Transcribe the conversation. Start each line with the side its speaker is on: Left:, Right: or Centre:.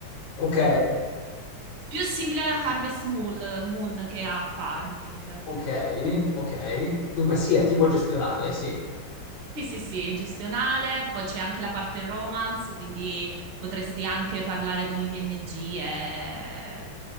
Left: Ok,
Right: più simile alla Harvest Moon, Moon che a Farmville.
Left: ok, ok. Dunque sì, è tipo gestionale, sì.
Right: Sì, sì, sì, è gestionale, poi c'è anche la parte romance, quindi potresti anche parlare con i PNG e,